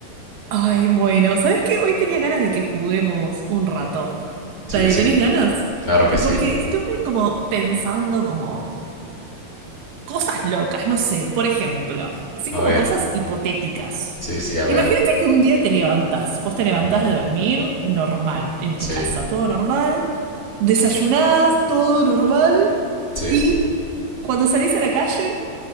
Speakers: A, on the right; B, on the left.
A: Ay, bueno, ¿sabes qué? Hoy tenía ganas de que juguemos un rato.
B: Sí,
A: ¿Te-
B: sí,
A: ¿Tenés ganas?
B: claro que sí.
A: Porque estuve como pensando como cosas locas, no sé, por ejemplo, sí
B: A
A: como
B: ver,
A: cosas hipotéticas.
B: sí, sí, a ver.
A: Imagínate que un día te levantás, vos te levantás
B: Ujú,
A: de dormir normal, en
B: Sí,
A: tu casa, todo normal, desayunás, todo normal,
B: sí.
A: y cuando salís a la calle,